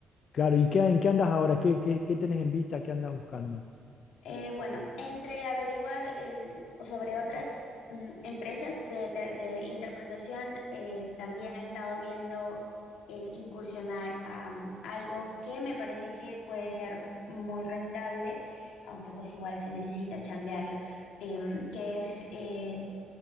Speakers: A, on the left; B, on the left.
A: claro, ¿y qué, en qué andas ahora? ¿Qué, qué, qué tenés en vista? ¿Qué andas buscando?
B: Eh, bueno, entre averiguar el- o sobre otras mm, empresas de, te- de interpretación, eh, también he estado viendo el incursionar a mm, algo que me parece que puede ser muy rentable, aunque pues igual se necesita chambearlo, em, que es eh,